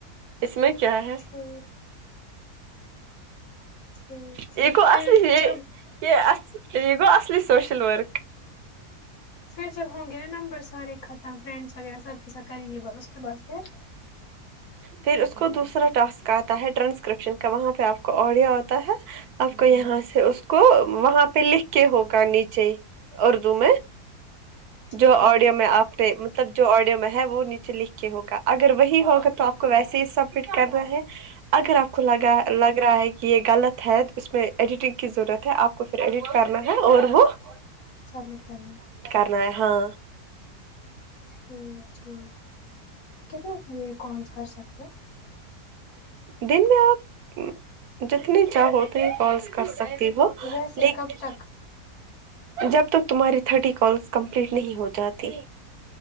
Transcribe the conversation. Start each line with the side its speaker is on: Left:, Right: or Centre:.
Right: اس میں کیا ہے
Left: ٹھیک ٹھیک ٹھیک
Right: یہ کو اصلی
Left: پھر
Right: ہے
Left: جب
Right: یہ ا یہ گو اصلی سوشل ورک
Left: پھر جب ہوں گے نا نمبر سارے ختم فرینڈس وغیرہ سب کے سب کریں گے بس اس کے بعد پھر
Right: پھر اس کو دوسرا ٹاسک آتا ہے ٹرانسکرپشن کا وہاں پہ آپ کو آڈیو آتا ہے آپ کو یہاں سے اس کو وہاں پہ لکھ کے ہوگا نیچے اردو میں
Left: ٹھیک
Right: جو آڈیو میں آپتے مطلب جو آڈیو میں ہے وہ نیچے لکھ کے ہوگا اگر وہی ہوگا تو آپ کو ویسے ہی سبمٹ کرنا ہے اگر آپ
Left: ٹھیک
Right: کو لگا لگ رہا ہے کہ یہ غلط ہے اس میں ایڈیٹنگ کی ضرورت ہے آپ کو پھر ایڈٹ کرنا ہے اور وہ <inaudible>
Left: سبمٹ کرنا
Right: یہ ہاں
Left: ٹھیک ہے کتنے یہ کالس کر سکتے ہیں
Right: دن میں آپ جتنی چاہو اتنی کالس کر سک تے ہو
Left: ویسے
Right: لیکن
Left: کب تک
Right: جب تک تمہاری تھرٹی کالس کمپلیٹ نہیں ہو جاتی